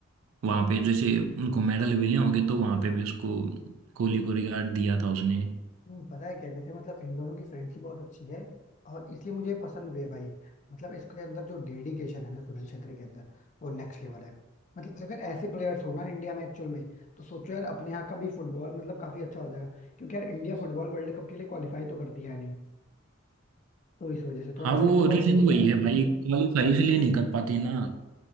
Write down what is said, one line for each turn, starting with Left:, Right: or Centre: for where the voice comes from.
Right: वहाँ पे जैसे उनको मेडल मिले होंगे तो वहाँ पे भी उसको कोहली को रिगार्ड दिया था उसने
Left: नहीं पता है क्या जैसे मतलब इन दोनों की फ्रेंडशिप बहुत अच्छी है और इसलिए मुझे पसंद भी है भाई मतलब इसके अंदर जो डेडिकेशन है ना सुनील छेत्री के अंदर वो नेक्स्ट लेवल है मतलब अगर ऐसे प्लेयर्स हो ना इंडिया में एक्चुअल में तो सोचो यार अपने यहाँ का भी फुटबॉल मतलब काफी अच्छा हो जाएगा क्योंकि यार इंडिया फुटबॉल वर्ल्ड कप के लिए क्वालिफाई तो करती है नहीं तो इस वजह से थोड़ा
Right: हाँ
Left: वो
Right: वो
Left: डिसअपॉइंटिंग
Right: रीजन
Left: होता
Right: वही
Left: है यार
Right: है भाई क्वालिफाई इसलिए नहीं कर पाती ना